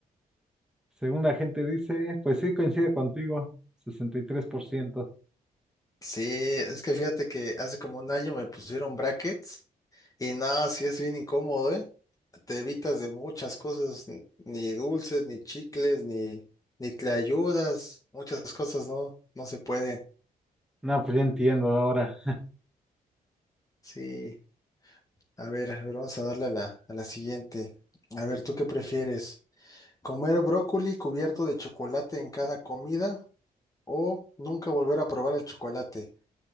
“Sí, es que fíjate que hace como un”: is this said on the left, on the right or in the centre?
Left